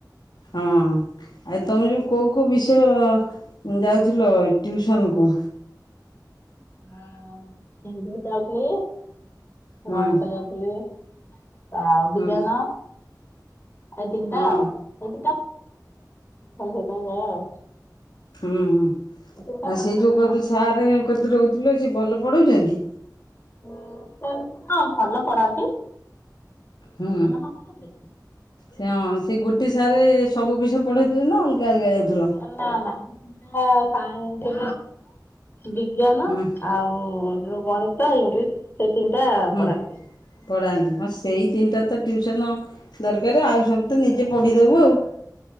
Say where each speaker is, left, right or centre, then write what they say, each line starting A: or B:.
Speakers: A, on the left; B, on the left.
A: ହଁ ଆଉ ତମେ ଯୋଉ କୋଉ କୋଉ ବିଷୟ ଯାଉଥିଲ ଟିଉସନ୍ କୁ?
B: ଆ ଇଂଲିଶ ଯାଉଥିଲି।
A: ହୁଁ
B: ଗଣିତ ଯାଉଥିଲି। ପାଉ
A: ହୁଁ
B: ଟିକାନ <inaudible> ସେଇ ତିନିଟା
A: ହୁଁ
B: ଆଉ। ଷ୍ଟେସନ ଫେସନ ଯା ଆଉ।
A: ହୁଁ ହୁଁ
B: ତିନିଟା
A: ଆଉ
B: କଷ୍ଟ
A: ସେଇ ଯୋଉ
B: ପାଠ
A: କ ସାରଙ୍କ ସେ ଭଲ ପଢ଼ାଉଛନ୍ତି।
B: ଉଁ ସେମିତି ହଁ ଭଲ ପଢାନ୍ତି।
A: ହୁଁ
B: ଆମେ ହଁ କଣ
A: ହଁ ସେ ଗୋଟେ ସାରେ ସବୁ ବିଷୟ ପଢେଇଥିଲେ ନା ଅଲଗା ଅଲଗା ଯାଉଥିଲ?
B: ସେ ନା ସେ ବିଜ୍ଞାନ
A: ହୁଁ
B: ଆଉ। ଗଣିତ ଇଂଲିଶ ସେଇ ତିନିଟା
A: ହୁଁ
B: ପଢାନ୍ତି।
A: ପଢାନ୍ତି ହଁ ସେଇ ତିନିଟା ତ ଟ୍ୱିସନ ଦରକାର ଆଉ। ସବୁ ତ ନିଜେ
B: ନିହାତି
A: ପଢିଦବୁ
B: ଦରକାର
A: ଆଉ